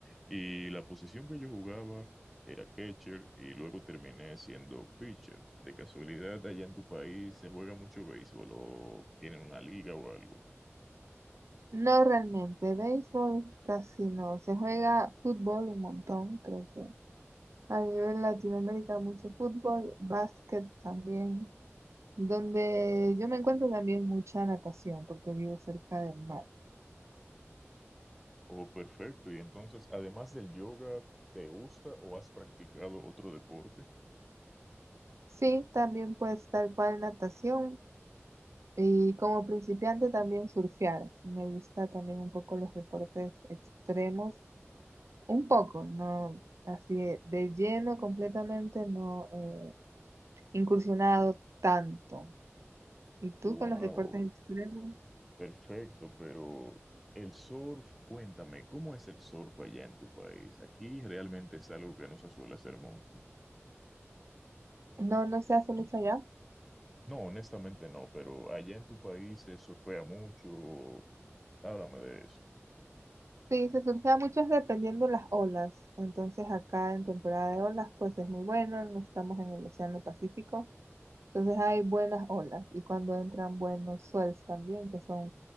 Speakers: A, in the centre; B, on the right.
A: Y la posición que yo jugaba era catcher y luego terminé siendo pitcher. De casualidad, allá en tu país se juega mucho béisbol o tienen una liga o algo.
B: No realmente, béisbol casi no. Se juega fútbol un montón, creo que a nivel Latinoamérica mucho fútbol, básquet también, donde yo me encuentro también mucha natación porque vivo cerca del mar.
A: Oh, perfecto. Y entonces, además del yoga, ¿te gusta o has practicado otro deporte?
B: Sí, también pues tal cual natación y como principiante también surfear. Me gusta también un poco los deportes extremos Un poco, no así de, de lleno completamente, no eh, incursionado tanto. ¿Y tú
A: Wow,
B: con los deportes extremos?
A: perfecto, pero... El surf, cuéntame, ¿cómo es el surf allá en tu país? Aquí realmente es algo que no se suele hacer mucho.
B: No, no se hace mucho allá.
A: No, honestamente no, pero allá en tu país se surfea mucho. Háblame de eso.
B: Sí, se surgía mucho dependiendo las olas. Entonces acá en temporada de olas, pues es muy bueno, no estamos en el Océano Pacífico. Entonces hay buenas olas y cuando entran buenos swells también, que son